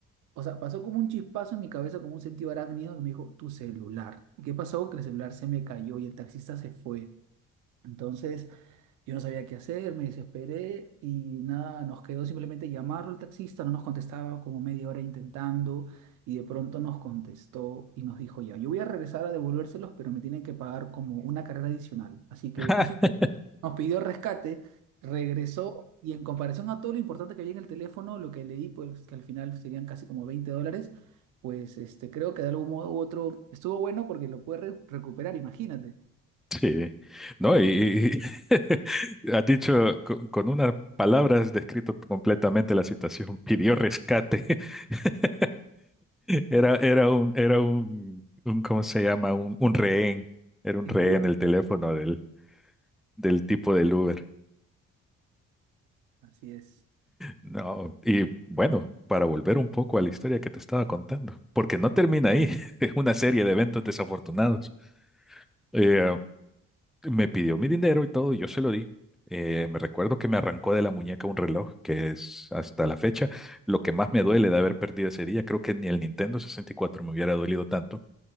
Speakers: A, on the right (about 80°); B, in the centre.
A: o sea, pasó como un chispazo en mi cabeza, como un sentido arácnido que me dijo, tu celular. ¿Y qué pasó? Que el celular se me cayó y el taxista se fue. Entonces yo no sabía qué hacer, me desesperé y nada, nos quedó simplemente llamarlo al taxista, no nos contestaba como media hora intentando y de pronto nos contestó y nos dijo ya, yo voy a regresar a devolvérselos, pero me tienen que pagar como una carrera adicional. Así que
B: <laughs>
A: así fue. nos pidió rescate, regresó y en comparación a todo lo importante que había en el teléfono, lo que leí, pues que al final serían casi como 20 dólares, pues este, creo que de algún modo u otro estuvo bueno porque lo pude re- recuperar, imagínate,
B: Sí, no, y, y <laughs> has dicho co- con, unas palabras has descrito completamente la situación. Pidió rescate. <laughs> Era, era un, era un, un, ¿cómo se llama? Un, un rehén. Era un
A: sin
B: rehén
A: duda.
B: el teléfono del, del tipo del Uber.
A: Así es.
B: No, y bueno, para volver un poco a la historia que te estaba contando, porque no termina ahí. <laughs> Es una serie de eventos desafortunados. Eh, me pidió mi dinero y todo, y yo se lo di. Eh, me recuerdo que me arrancó de la muñeca un reloj, que es hasta la fecha lo que más me duele de haber perdido ese día. Creo que ni el Nintendo 64 me hubiera dolido tanto,